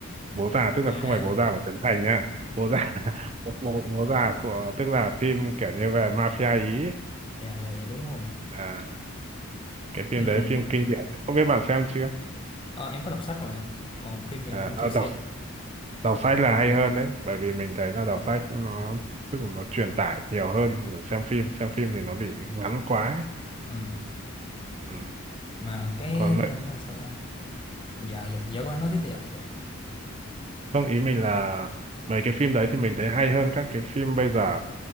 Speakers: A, on the right; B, on the left.
A: bố già tức
B: à
A: là không phải bố già của Trấn Thành nhá bố già <laughs> bố, bố, bố già của tức là phim kiểu như về mafia ý ấy.
B: dạ dạ dạ đúng rồi
A: à,
B: à,
A: cái phim
B: ừ.
A: đấy phim kinh điển không biết bạn xem chưa
B: Ờ, em có đọc sách rồi anh còn phim thì
A: à,
B: em cũng chưa
A: à, đọc
B: xem
A: đọc sách là hay hơn đấy bởi vì mình thấy là đọc sách nó tức là nó truyền tải nhiều hơn là xem phim xem phim thì nó bị ngắn quá ấy.
B: ừ.
A: ừ.
B: mà cái
A: còn
B: là,
A: mấy-
B: là sao ta dạ dạ dạ vâng, anh nói tiếp đi ạ dạ
A: không ý mình là mấy cái phim đấy thì mình thấy hay hơn các cái phim bây giờ